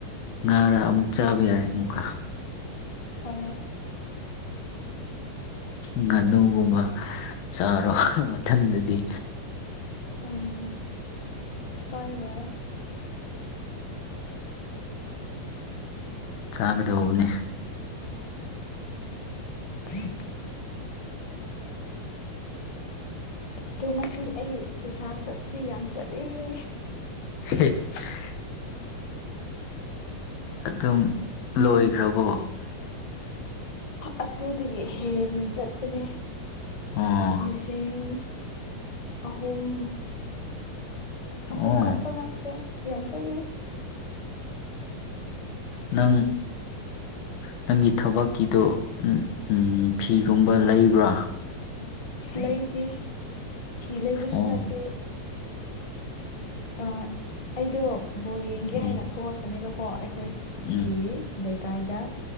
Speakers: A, on the left; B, on the left.
A: ꯉꯥꯔꯥ ꯑꯃꯨꯛ ꯆꯥꯕ ꯌꯥꯔꯦ ꯑꯃꯨꯛꯀ
B: ꯍꯣꯏ
A: ꯉꯥꯅꯨꯒꯨꯝꯕ ꯆꯥꯔꯣ ꯃꯪ ꯃꯊꯪꯗꯗꯤ
B: ꯎꯝ ꯁꯣꯏ ꯏ
A: ꯆꯥꯒꯗꯧꯕꯅꯤ
B: ꯎ ꯑꯗꯣ ꯉꯁꯤ ꯑꯩ ꯄꯩꯁꯥ ꯆꯠꯄꯗꯤ ꯌꯥꯝ ꯆꯠꯂꯦꯍꯦ
A: <unintelligible> ꯑꯗꯨꯝ ꯂꯣꯏꯈ꯭ꯔꯕꯣ
B: ꯑꯗꯨꯇꯗꯒꯤ ꯍꯦꯟꯅ ꯆꯠꯄꯅꯦ
A: ꯑꯣ
B: ꯂꯤꯁꯤꯡ ꯑꯍꯨꯝ ꯑꯍꯨꯝ
A: ꯑꯣ
B: ꯈꯞꯄ ꯅꯠꯇꯦ ꯌꯥꯝ ꯆꯠꯂꯤ
A: ꯅꯪ ꯅꯪꯒꯤ ꯊꯕꯛꯀꯤꯗꯣ ꯎ ꯐꯤꯒꯨꯝꯕ ꯂꯩꯕ꯭ꯔꯥ
B: ꯂꯩꯇꯦ ꯐꯤ ꯂꯩꯕꯁꯨ
A: ꯑꯣ
B: ꯅꯠꯇꯦ ꯑꯩꯗꯣ ꯕꯣꯜ ꯌꯦꯡꯒꯦ
A: ꯎꯝ
B: ꯍꯥꯏꯅ ꯊꯣꯛꯂꯛꯄ ꯅꯦꯕꯀꯣ ꯑꯩꯈꯣꯏꯒꯤ
A: ꯎꯝ
B: ꯂꯩꯀꯥꯏꯗ